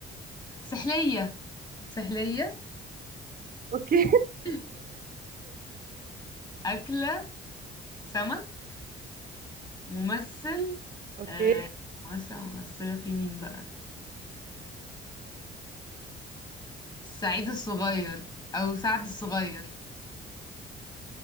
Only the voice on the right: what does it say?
اوكي
<laughs> اوكي